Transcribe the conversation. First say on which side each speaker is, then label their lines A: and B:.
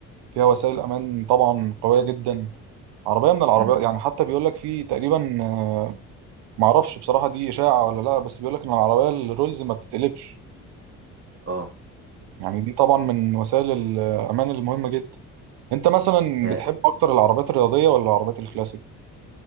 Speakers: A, on the right (about 70°); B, on the right (about 35°).
A: فيها وسائل امان طبعا قويه جدا عربيه من العربيات
B: مم.
A: يعني حتى بيقول لك في تقريبا آه، معرفش بصراحه دي اشاعه ولا لا بس بيقول لك ان العربيه الرولز ما بتتقلبش
B: اه
A: يعني دي طبعا من وسائل الامان المهمه جدا انت مثلا
B: مم.
A: بتحب اكتر العربيات الرياضيه ولا العربيات الكلاسيك